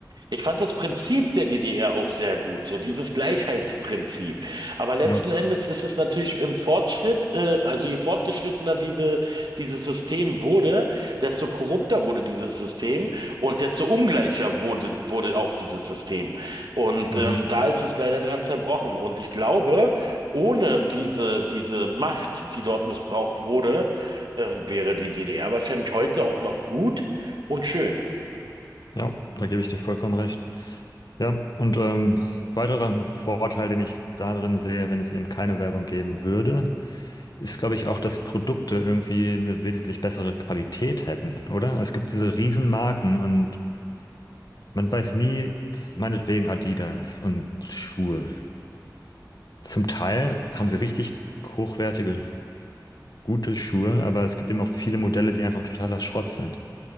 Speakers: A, on the right (about 85°); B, on the left (about 65°).
A: Ich fand das Prinzip der DDR auch sehr gut, so dieses Gleichheitsprinzip. Aber letzten
B: Ja,
A: Endes ist es natürlich im Fortschritt, äh, also je fortgeschrittener diese, dieses System wurde, desto korrupter wurde dieses System und desto ungleicher wurde, wurde auch dieses System. Und
B: mhm.
A: ähm, da ist es leider dran zerbrochen. Und ich glaube, ohne diese, diese Macht, die dort missbraucht wurde, ähm, wäre die DDR wahrscheinlich heute auch noch gut und schön.
B: Ja, da gebe ich dir vollkommen recht. Ja, und ähm, weiterer Vorteil, den ich darin sehe, wenn es eben keine Werbung geben würde, ist, glaube ich, auch, dass Produkte irgendwie eine wesentlich bessere Qualität hätten, oder? Es gibt diese Riesenmarken und man weiß nie, meinetwegen Adidas und Schuhe. Zum Teil haben sie richtig hochwertige, gute Schuhe, aber es gibt eben auch viele Modelle, die einfach totaler Schrott sind.